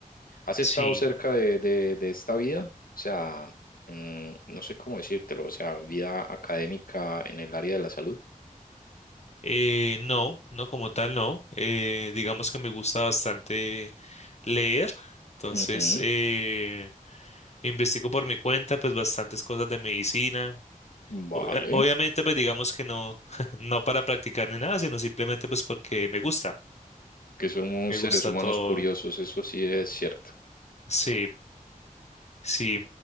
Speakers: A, on the left (about 85°); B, on the left (about 50°).
A: ¿Has estado
B: Sí.
A: cerca de, de, de esta vida? O sea, mm, no sé cómo decírtelo, o sea, vida académica en el área de la salud.
B: Eh, no, no como tal, no. Eh, digamos que me gusta bastante leer, entonces
A: Ujú,
B: eh, investigo por mi cuenta pues bastantes cosas de medicina
A: Vale,
B: Obvia- Obviamente, pues digamos que no, <laughs> no para practicar ni nada, sino simplemente pues porque me gusta,
A: que somos
B: me
A: seres
B: gusta
A: humanos
B: todo.
A: curiosos, eso sí es cierto.
B: Sí, sí.